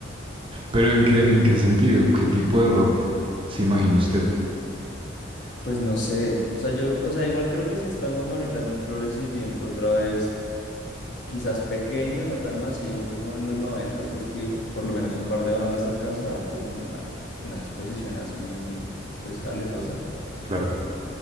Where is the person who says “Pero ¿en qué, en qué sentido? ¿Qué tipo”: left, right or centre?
Right